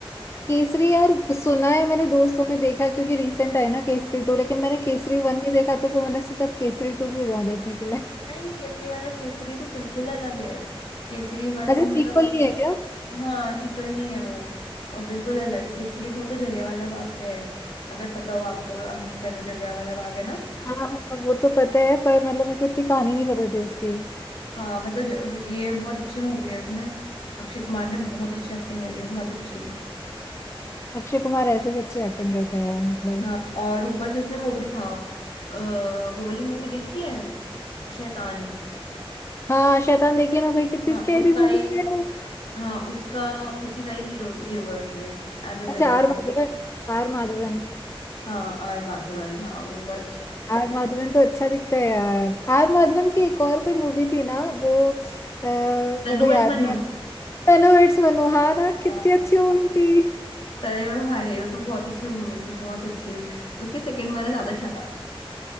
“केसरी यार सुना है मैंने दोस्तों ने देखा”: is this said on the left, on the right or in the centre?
Left